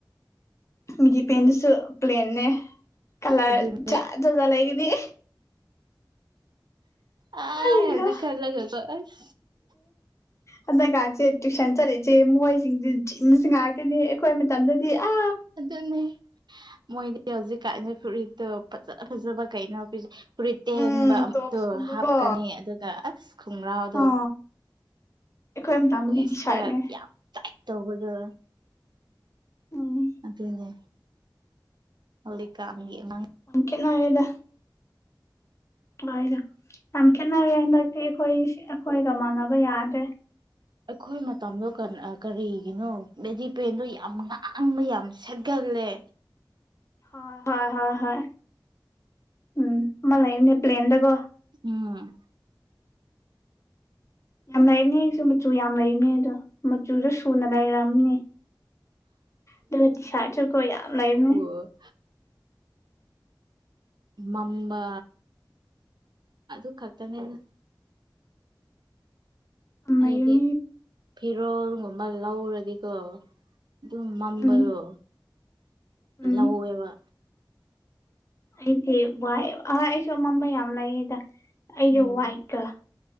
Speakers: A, on the left; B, on the right.
A: ꯃꯤꯒꯤ ꯄꯦꯟꯗꯨꯁꯨ ꯄꯂꯦꯜꯅꯦ ꯀꯂ꯭ꯔ
B: ꯑꯗꯨꯅꯤ
A: ꯆꯥ ꯗꯒ‌ ꯂꯩꯒꯅꯤ
B: ꯑ
A: ꯑꯩꯍꯥ
B: ꯍꯧꯖꯤꯛ ꯈꯜꯂꯒ ꯀꯣ ꯑꯁ
A: ꯍꯟꯗꯛ ꯉꯥꯛꯁꯦ ꯇꯨꯏꯁꯟ ꯆꯠꯂꯤꯁꯦ ꯃꯣꯏꯁꯤꯡꯁꯦ ꯖꯤꯁ ꯉꯥꯛꯇꯅꯤ ꯑꯩꯈꯣꯏ ꯃꯇꯝꯗꯗꯤ ꯑ
B: ꯑꯗꯨꯅꯤ ꯃꯣꯏꯗꯤ ꯍꯧꯖꯤꯛ ꯀꯥꯅꯦ ꯐꯨꯔꯤꯠꯇꯣ ꯐꯖ ꯐꯖꯕ ꯀꯩꯅꯣ ꯐꯨꯔꯤꯠ ꯇꯦꯟꯕ
A: ꯎꯝ
B: ꯑꯗꯣ
A: ꯇꯣꯞꯁꯀꯨꯝꯕꯀꯣ
B: ꯍꯥꯞꯀꯅꯤ ꯑꯗꯨꯒ ꯑꯁ ꯈꯣꯡꯒ꯭ꯔꯥꯎꯗꯣ
A: ꯑꯥ ꯑꯩꯈꯣꯏ ꯃꯇꯝꯗꯤ
B: ꯋꯦꯁꯇ
A: ꯇꯤ ꯁꯥꯔꯠꯅꯦ
B: ꯌꯥꯝ ꯇꯥꯏꯠ ꯇꯧꯕꯗ
A: ꯎꯝ
B: ꯑꯗꯨꯅꯦ ꯍꯣꯂꯤꯛꯀꯥꯟꯒꯤ ꯑꯉꯥꯡ
A: ꯌꯥꯝ ꯀꯦꯠꯅꯔꯦꯗ ꯃꯥꯏꯗ ꯌꯥꯝ ꯈꯦꯠꯅꯔꯦ ꯍꯟꯗꯛꯇꯤ ꯑꯈꯣꯏꯁꯤ ꯑꯈꯣꯏꯒ ꯃꯥꯟꯅꯕ ꯌꯥꯗ꯭ꯔꯦ
B: ꯑꯩꯈꯣꯏ ꯃꯇꯝꯗꯣ ꯀꯟ ꯑ ꯀꯔꯤꯒꯤꯅꯣ ꯕꯦꯗꯤ ꯄꯦꯟꯗꯣ ꯌꯥꯝ ꯉꯥꯡꯕ ꯌꯥꯝ ꯁꯦꯠꯀꯜꯂꯦ
A: ꯍꯣꯏ ꯎꯝ ꯑꯃ ꯂꯩꯕꯅꯦ ꯄ꯭ꯂꯦꯟꯗꯒꯣ
B: ꯎꯝ
A: ꯌꯥꯝ ꯂꯩꯔꯝꯅꯤ ꯁꯨ ꯃꯆꯨ ꯌꯥꯝ ꯂꯩꯃꯅꯦ ꯑꯗꯣ ꯃꯆꯨꯗꯣ ꯁꯨꯅ ꯂꯩꯔꯝꯅꯤ ꯑꯗꯨꯒ ꯇꯤ ꯁ꯭ꯥꯔꯠꯁꯨꯀꯣ ꯌꯥꯝ ꯂꯩꯃꯅꯦ
B: ꯑꯣ
A: <inaudible>
B: ꯃꯝꯃꯥ ꯑꯗꯨ ꯈꯛꯇꯅꯤꯅ
A: ꯌꯥꯝ
B: ꯑꯩꯗꯤ
A: ꯂꯩꯕꯅꯦ
B: ꯐꯤꯔꯣꯜꯒꯨꯝꯕ ꯂꯧꯔꯗꯤꯀꯣ ꯑꯗꯨꯝ ꯃꯝꯕꯗꯣ
A: ꯎꯝ ꯎꯝ
B: ꯂꯧꯋꯦꯕ
A: ꯑꯩꯗꯤ ꯋꯥꯏꯑꯦꯕ ꯍꯣꯏ ꯑꯩꯁꯨ ꯑꯃꯝꯕ ꯌꯥꯝ ꯂꯩꯌꯦꯗ ꯑꯩꯗꯤ
B: ꯎꯝ
A: ꯋꯥꯏꯠꯀ